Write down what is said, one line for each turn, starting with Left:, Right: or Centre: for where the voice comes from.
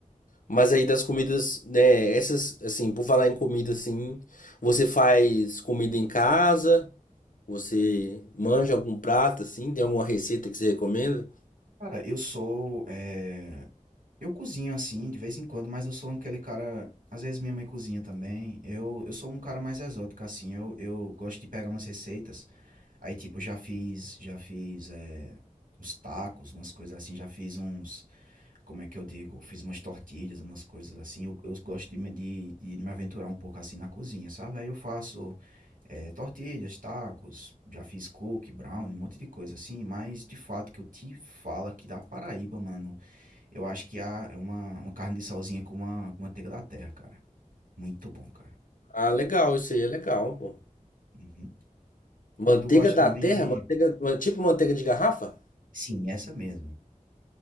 Left: Mas aí das comidas, né, essas, assim, por falar em comida, assim, você faz comida em casa? Você manja algum prato, assim? Tem alguma receita que você recomenda?
Right: Cara, eu sou eh, Eu cozinho assim, de vez em quando, mas eu sou aquele cara. Às vezes minha mãe cozinha também. Eu, eu sou um cara mais exótico, assim. Eu, eu gosto de pegar umas receitas. Aí, tipo, eu já fiz, já fiz é, uns tacos, umas coisas assim. Já fiz uns. Como é que eu digo? Fiz umas tortilhas, umas coisas assim. Eu, eu gosto de, me- de, de me aventurar um pouco assim na cozinha, sabe? Aí eu faço é, tortilhas, tacos, já fiz cookie, brownie, um monte de coisa assim. Mas de fato que eu te falo aqui da Paraíba, mano. Eu acho que há é uma, uma carne de solzinha com uma, com manteiga da terra, cara. Muito bom, cara.
Left: Ah, legal, isso aí é legal, pô.
Right: Uhum.
Left: Manteiga
Right: Tu gosta
Left: da
Right: também
Left: terra?
Right: de.
Left: Manteiga, man- tipo manteiga de garrafa?
Right: Sim, essa mesmo.